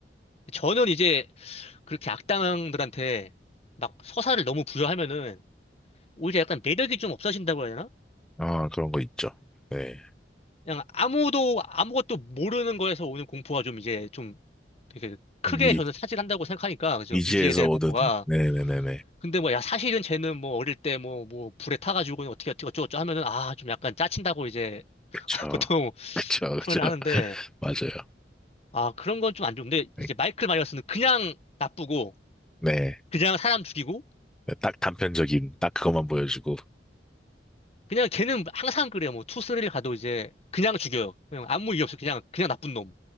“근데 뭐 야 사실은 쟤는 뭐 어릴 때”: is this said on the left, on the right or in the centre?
Left